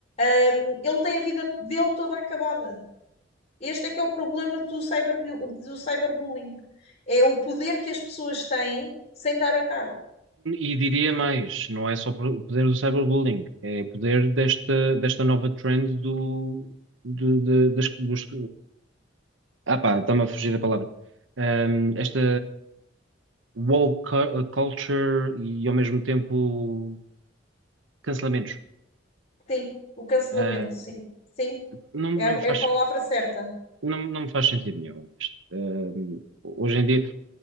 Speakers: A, on the left (about 35°); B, on the right (about 85°).
A: hum, ele tem a vida dele toda acabada. Este é que é o problema do, cyber do cyberbullying. É o poder que as pessoas têm sem dar a cara.
B: E diria mais, não é só pro- o poder do cyberbullying, é o poder desta, desta nova trend do, do- de- das, dos, ah pá, está-me a fugir a palavra. Ahm, esta woke cu- uh, culture e ao mesmo tempo cancelamentos.
A: Sim, o cancelamento,
B: Ahm,
A: sim. Sim,
B: não, não
A: é,
B: me faz,
A: é a palavra certa.
B: não, não me faz sentido nenhum isto. Ahm, hoje em dia,